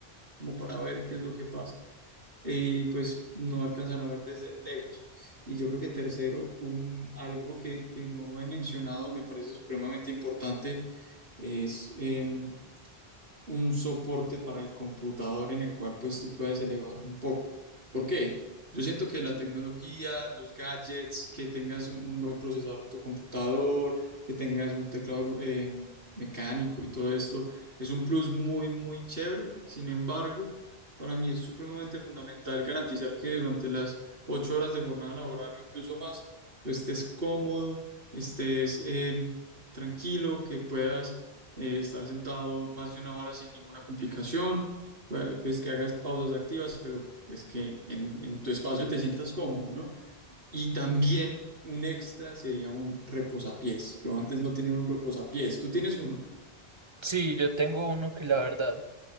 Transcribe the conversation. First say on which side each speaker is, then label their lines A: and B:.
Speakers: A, on the right; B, on the right.
A: como para ver qué es lo que pasa. Y pues no alcanzan a ver desde lejos. Y yo creo que tercero, un, algo que, que no he mencionado y me parece supremamente importante es em, un soporte para el computador en el cual pues tú puedas elevarlo un poco. ¿Por qué? Yo siento que la tecnología, los gadgets, que tengas un, un buen procesador en tu computador, que tengas un teclado eh, mecánico y todo esto, es un plus muy, muy chévere. Sin embargo, para mí es supremamente fundamental garantizar que durante las ocho horas de jornada laboral o incluso más, tú estés cómodo, estés eh, tranquilo, que puedas eh, estar sentado más de una hora sin ninguna complicación, pues, pues que hagas pausas activas, pero pues que en, en tu espacio te sientas cómodo, ¿no? Y también un extra sería un reposapiés. Yo antes no tenía un reposapiés, tú tienes uno.
B: Sí, yo tengo uno que la verdad